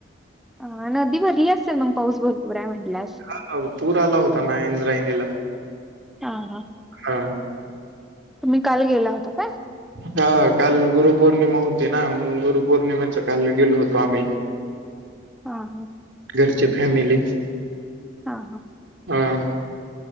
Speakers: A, in the centre; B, on the right.
A: अह नदी भरली असेल मग पाऊस भरपूर आहे म्हटल्यावर
B: हा ना ओ पूर आला होता ना इंद्रायणीला
A: हा हा
B: हा.
A: तुम्ही काल गेला होता काय.
B: हा काल गुरुपौर्णिमा होती ना म्हणून गुरुपोर्णिमा काळी गेलो होतो आम्ही
A: हा हा.
B: घरचे फॅमिली.
A: हा हा.
B: हा.